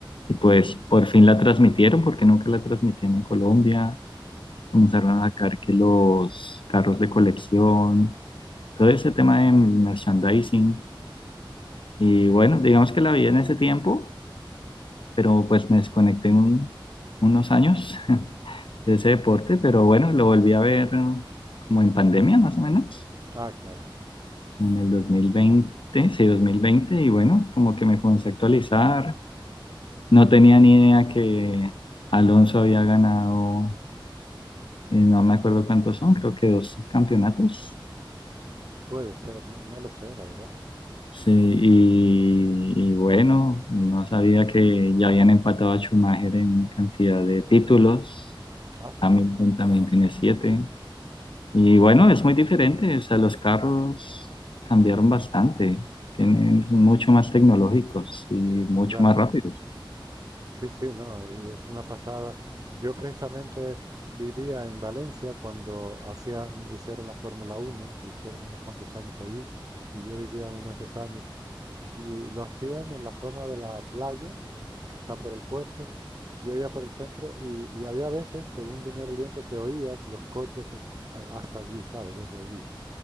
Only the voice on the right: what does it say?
Ah, claro.
Puede ser, no, no lo sé, la verdad.
Ah, sí,
ah,
claro.
Sí, sí, no, y es una pasada. Yo precisamente vivía en Valencia cuando hacían, hicieron la Fórmula Uno, o hicieron unos cuantos años allí, y yo vivía en uno de esos años, y lo hacían en la zona de la playa, que está por el puerto. Yo iba por el centro y, y había veces, según viniera el viento, que oías los coches eh, a- hasta allí, ¿sabes? Desde allí.